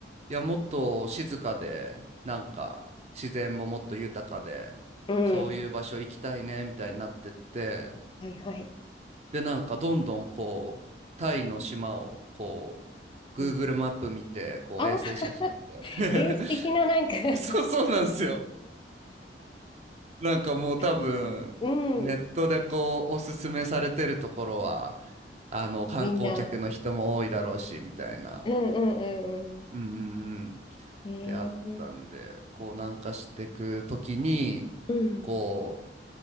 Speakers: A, on the right (about 40°); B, on the left (about 30°).
A: いや、もっと静かで、なんか、自然ももっと豊かで、
B: うん。
A: そういう場所行きたいね、みたいになってって、
B: はいはい。
A: で、なんか、どんどん、こう、タイの島を、こう、
B: うん。
A: Google マップ見て、こう、
B: あ、
A: 衛星写真で
B: <laughs> 原始的ななんか
A: <laughs>
B: <laughs>
A: <laughs> そう、<laughs> そうなんですよ。なんかもう多分、
B: いいうん。
A: ネットでこう、おすすめされてるところは、あの、観光客の人も多いだろうし、
B: みんな。
A: みたいな、
B: うんうんうんうん。
A: うんうんうん、
B: えー、
A: であったんで、こう、南下していくときに、
B: うん。
A: こう、